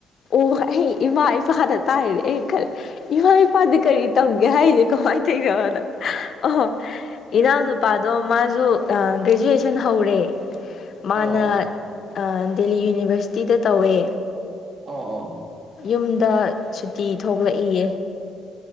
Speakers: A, on the left (about 60°); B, on the right (about 55°).
A: ꯑꯣ ꯑꯩ ꯏꯃꯥ ꯏꯄꯥꯅ ꯇꯥꯏꯅꯦ ꯑꯩ ꯈꯜ ꯏꯃꯥ ꯏꯄꯥꯗꯤ ꯀꯔꯤ ꯇꯧꯒꯦ ꯍꯥꯏꯁꯦ ꯀꯃꯥꯏꯅ ꯇꯧꯏꯅꯣꯅ ꯑꯣ ꯏꯅꯥꯎ ꯅꯨꯞ ꯏꯄꯥꯗꯣ ꯃꯥꯖꯨ ꯑꯥ ꯒ꯭ꯔꯦꯖꯨꯑꯦꯁꯟ ꯍꯧꯔꯦ
B: ꯑꯣ
A: ꯃꯥꯅ ꯑꯥ ꯗꯦꯜꯂꯤ ꯌꯨꯅꯤꯚꯔꯁꯤꯇꯤꯗ ꯇꯧꯋꯦ
B: ꯑꯣ ꯑꯣ
A: ꯌꯨꯝꯗ ꯁꯨꯇꯤ ꯊꯣꯛꯂꯛꯏꯌꯦ